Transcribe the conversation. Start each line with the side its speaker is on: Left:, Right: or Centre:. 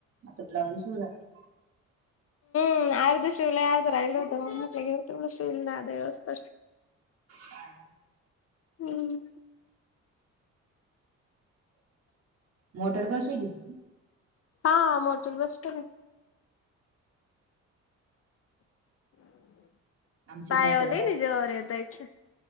Right: आता ब्लाउज श राहिली
Left: हम आर द शव या होे तु शिवलवस्त
Right: ह ना
Left: हम्म
Right: मोटर बस आहेची त
Left: हा मोटर बस स्टो
Right: आमची
Left: पायावर
Right: मोठय
Left: लई ना जीवावर येतं एक